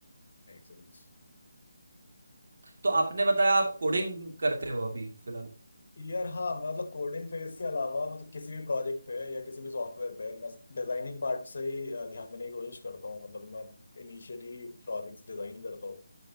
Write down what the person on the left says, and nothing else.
Make sense
यार हाँ मतलब कोडिंग फेज के अलावा मतलब किसी भी प्रोजेक्ट पे या किसी भी सॉफ्टवेयर पे मैं डिजाइनिंग पार्ट से ही अ, ध्यान देने की कोशिश करता हूँ मतलब मैं इनिशियली प्रोजेक्ट्स डिजाइन करता हूँ